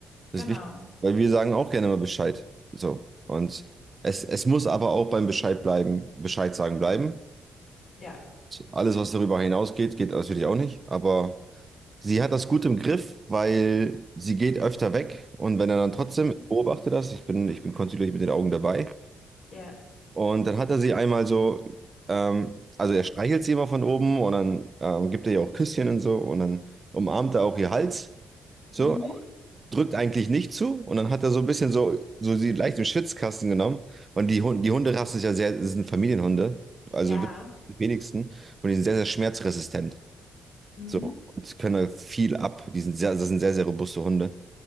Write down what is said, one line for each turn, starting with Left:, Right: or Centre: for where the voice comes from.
Right: das
Left: genau.
Right: ist wichtig, weil wir sagen auch gerne mal Bescheid. So. Und es, es muss aber auch beim Bescheid bleiben, Bescheid sagen bleiben.
Left: Ja.
Right: Alles, was darüber hinausgeht, geht natürlich auch nicht. Aber sie hat das gut im Griff, weil sie geht öfter weg. Und wenn er dann trotzdem,
Left: Hm.
Right: ich beobachte das, ich bin, ich bin kontinuierlich mit den Augen dabei.
Left: Ja.
Right: Und dann hat er sie einmal so, ähm, also er streichelt sie immer von oben und dann ähm, gibt er ihr auch Küsschen und so. Und dann umarmt er auch ihr Hals. So,
Left: Mhm.
Right: drückt eigentlich nicht zu. Und dann hat er so ein bisschen so, so sie leicht im Schwitzkasten genommen. Und die Hunde, die Hunderasse ist ja sehr, es sind Familienhunde. Also
Left: Ja.
Right: die wenigsten. Und die sind sehr, sehr schmerzresistent.
Left: Mhm.
Right: So, und können halt viel ab. Die sind sehr, das sind sehr, sehr robuste Hunde.